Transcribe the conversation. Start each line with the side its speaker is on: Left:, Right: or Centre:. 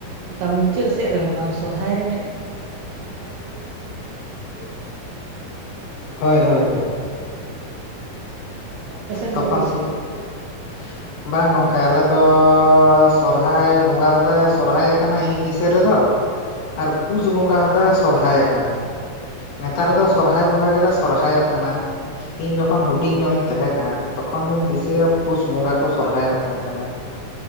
Right: ᱚᱝᱠᱟ ᱢᱩᱪᱟᱹᱜ ᱥᱮᱫ ᱨᱮᱦᱚᱸ ᱵᱟᱝ ᱥᱚᱨᱦᱟᱭ ᱨᱮ ᱢᱮᱜᱴᱮᱱ ᱚᱱᱮ ᱟᱢᱵᱟ ᱵᱚ ᱫᱤᱱ ᱥᱮᱪᱮᱜ ᱵᱤᱨ <unintelligible>
Left: ᱦᱳᱭ ᱦᱳᱭ
Right: ᱛᱟᱞᱮ ᱟᱯᱮ ᱥᱮᱜ
Left: ᱛᱚᱠᱷᱚᱱ
Right: ᱫᱚ ᱛᱤᱥ ᱦᱩᱭᱩᱜ ᱜᱮᱭᱟ?
Left: <unintelligible> ᱵᱟᱝ ᱜᱚᱝᱠᱮ ᱟᱞᱮ ᱫᱚ ᱥᱚᱨᱦᱟᱭ ᱵᱚᱸᱜᱟ ᱦᱚᱞᱮ ᱥᱚᱨᱦᱟᱭ ᱠᱟᱱᱟ ᱤᱧ ᱫᱤᱥᱟᱹ ᱨᱮᱫᱚ᱾ ᱟᱨ ᱯᱩᱥ ᱵᱚᱸᱜᱟ ᱦᱚᱸᱞᱮ ᱥᱚᱨᱦᱟᱭ ᱠᱟᱱᱟ᱾ ᱱᱮᱛᱟᱨ ᱫᱚ ᱥᱚᱨᱦᱟᱭ ᱵᱚᱸᱜᱟ ᱜᱮᱞᱮ ᱥᱚᱨᱦᱟᱭᱚᱜ ᱠᱟᱱᱟ᱾ ᱤᱧ ᱡᱚᱠᱷᱚᱱ ᱦᱩᱰᱤᱧ ᱧᱚᱜ ᱤᱧ ᱛᱟᱦᱮᱸ ᱠᱟᱱ ᱛᱚᱠᱷᱚᱱ ᱫᱚᱧ ᱫᱤᱥᱟᱹᱭᱟ ᱯᱩᱥ ᱵᱚᱸᱜᱟ ᱠᱚ ᱥᱚᱨᱦᱟᱭᱚᱜ ᱠᱟᱱ ᱛᱟᱦᱮᱱᱟ᱾